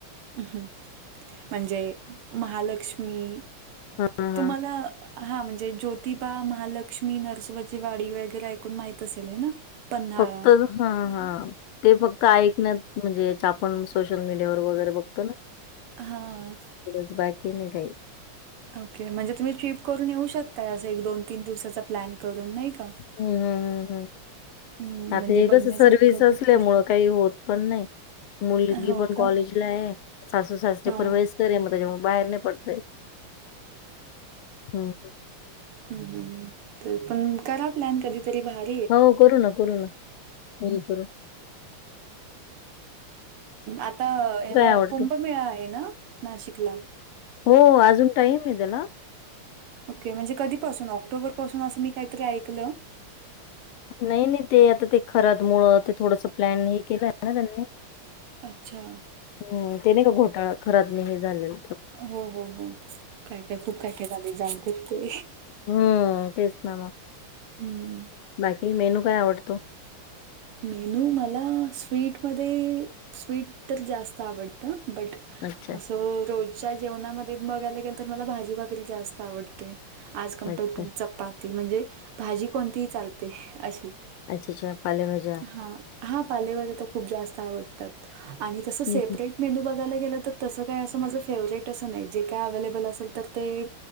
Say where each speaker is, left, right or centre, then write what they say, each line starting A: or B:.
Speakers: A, on the right; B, on the left.
A: ् म्हणजे महालक्ष्मी
B: हा हा
A: तुम्हाला हा म्हणजे ज्योतिबा महालक्ष्मी नरसोबाची वाडी वगैरे ऐकून माहित असेल आहे ना पन्हाळा.
B: फक्त हा हा ते फक्त ऐक नाही म्हणजे आपण सोशल मीडियावर वगैरे बघतो ना
A: हां,
B: च बाकी मी काही
A: ओके म्हणजे तुम्ही ट्रिप करून येऊ शकताय असं एक दोन तीन दिवसाचा प्लॅन करून नाही का?
B: हम्म हम् हम्म हम्
A: हं,
B: आता
A: म्हणजे
B: हेस
A: बघण्यासारखं
B: सर्विस असल्या
A: भरपूर
B: मुळ काही होत पण नाही मुलगी
A: आहे. हो
B: पण कॉलेजला
A: का?
B: आहे सासू सासरी
A: हां,
B: पण वस करे मग त्याच्यामु बाहेर नाही पडतय होम
A: ह तर पण करा प्लॅन कधीतरी बाहेर
B: हो करू ना करू ना कर
A: आता ह्याला
B: आवडतो?
A: कुंभमेळा आहे ना नाशिकला
B: हो अजून टाईम आहे त्याला
A: ओके म्हणजे कधीपासून ऑक्टोबर पासून असं मी काहीतरी ऐकलं
B: नाही नाही ते आता ते खरात मुळ ते थोडंस प्लॅन हे केलं आहे ना त्यांनी
A: अच्छा
B: ह ते नाही का घोटाळा खरच नाही हे झालेला
A: हो हो हो काय काय खूप काय काय झाले जामते ते
B: हम्म तेच ना मग
A: हम्म.
B: बाकी मेनू काय आवडतो?
A: मेनू मला स्वीटमध्ये? स्वीट तर जास्त आवडतं. बट-
B: अच्छा
A: असं रोजच्या जेवणामध्ये बघायला गेलं तर मला भाजी भाकरी जास्त आवडते. आज कमपेटू
B: अच्छा
A: चपाती म्हणजे भाजी कोणतीही चालते अशी
B: अच्छ अच्छा. पालेभाजी -
A: हा. हा पालेभाज्या तर खूप जास्त आवडतात. आणि तसं
B: हम्म.
A: सेपरेट- मेनू बघायला गेलं तर, तसं काय असं माझं फेवरेट असं नाही. जे काय अव्हेलेबल असेल तर ते-